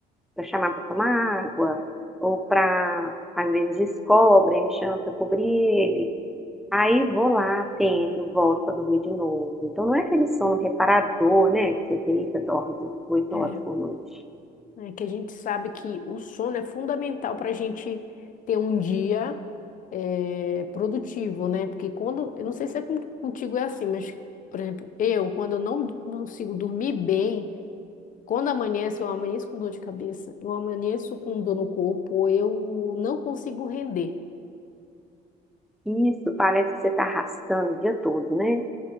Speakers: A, in the centre; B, on the left.
A: para chamar para tomar água, ou para, às vezes, descobre, aí me chama para cobrir ele. Aí vou lá, atendo, volto para dormir de novo. Então não é aquele sono reparador, né? Que você deita, dorme oito
B: É.
A: horas por noite.
B: né, que a gente sabe que o sono é fundamental para a gente ter um dia eh, produtivo, né? Porque quando, eu não sei se é com- contigo é assim, mas, por exemplo, eu, quando eu não consigo dormir bem, quando amanhece, eu amanheço com dor de cabeça, eu amanheço com dor no corpo, eu não consigo render.
A: Isso parece que você está arrastando o dia todo, né?